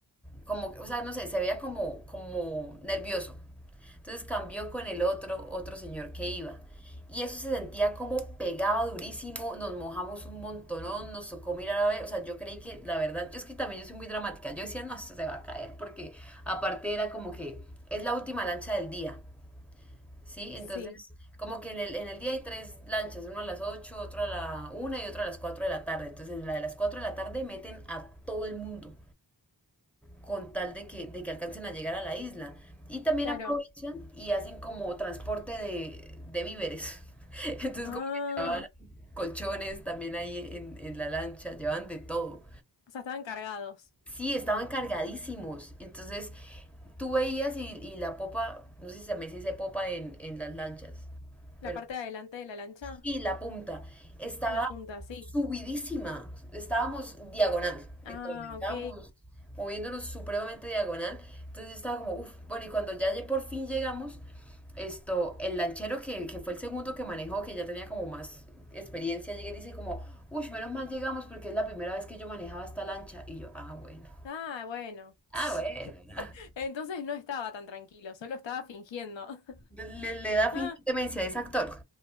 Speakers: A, in the centre; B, on the left.
A: como, o sea, no sé, se veía como, como nervioso. Entonces cambió con el otro, otro señor que iba. Y eso se sentía como pegaba durísimo, nos mojamos un montonón, nos tocó mirar a ver, o sea, yo creí que la verdad, yo es que también yo soy muy dramática, yo decía, no, esto se va a caer, porque aparte era como que es la última lancha del día, ¿sí?
B: Sí,
A: Entonces, como que en el, en el día hay tres lanchas, una a las ocho otra a la una y otra a las 4 de la tarde. Entonces, en la de las 4 de la tarde meten a todo el mundo con tal de que, de que alcancen a llegar a la isla. Y también
B: claro.
A: aprovechan y hacen como transporte de, de víveres. <laughs> Entonces
B: Ah,
A: como que llevaban colchones también ahí en, en la lancha, llevaban de todo.
B: o sea, estaban cargados.
A: Sí, estaban cargadísimos. Entonces tú veías y, y la popa, no sé si también se dice popa en, en las lanchas,
B: La
A: pero
B: parte de adelante de la lancha,
A: y la punta estaba
B: la punta, sí.
A: subidísima, estábamos diagonal,
B: Ah,
A: literal, estábamos
B: ok.
A: moviéndonos supremamente diagonal, entonces estaba como, uff, bueno, y cuando ya lle- por fin llegamos, esto, el lanchero que, que fue el segundo que manejó, que ya tenía como más experiencia, llega y dice como, uff, menos mal llegamos porque es la primera vez que yo manejaba esta lancha, y yo, ah, bueno,
B: Ah, bueno.
A: ah,
B: <laughs>
A: bueno. <laughs>
B: Entonces no estaba tan tranquilo, solo estaba fingiendo. <laughs>
A: Le, le da fingir
B: Ah,
A: demencia, es actor.